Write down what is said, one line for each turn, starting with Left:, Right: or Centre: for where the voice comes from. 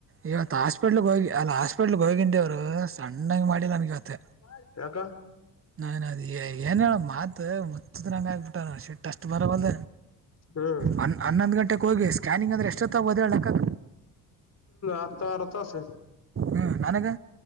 Right: ಇವತ್ ಹಾಸ್ಪಿಟ್ಲ್ಗ್ ಹೋಗಿ ಅಲ್ಲ ಹಾಸ್ಪಿಟ್ಲ್ಗ್ ಹೋಗಿದೇವ್ರು ಸಣ್ಣಾಗಿ ಮಾಡಿಲ್ಲ ನನ್ಗೆವತ್ತ
Left: <unintelligible> ಯಾಕ
Right: ನಾನ್ ಅದ ಏನ್ ಹೇಳ ಮಾತ್ ಮಚ್ಚತ್ರಂಗ ಆಗ್ಬಿಟ್ಟ ಶಟ್ಟ ಅಷ್ಟು ಬರವಲ್
Left: ಹ್ಮ್
Right: ಹನ್ ಹನ್ನೊಂದು ಗಂಟೆಗೆ ಹೋಗಿ ಸ್ಕ್ಯಾನಿಂಗ್ ಅಂದರೆ ಎಷ್ಟೊತ್ತ ಬದ ಹೇಳಕ್ಕಕ
Left: ಆತ ಆರ ತಾಸ
Right: ಹ ನನಗೆ